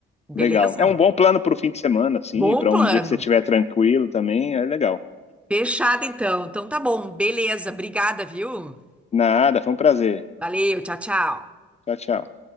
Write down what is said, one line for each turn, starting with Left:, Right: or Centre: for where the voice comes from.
Centre: Beleza?
Left: Legal. É um bom plano para o fim de semana, sim,
Centre: Bom
Left: para
Centre: plano.
Left: um dia que você estiver tranquilo também, é legal.
Centre: Fechado então. Então tá bom, beleza, obrigada, viu?
Left: Nada, foi um prazer.
Centre: Valeu, tchau, tchau.
Left: Tchau, tchau.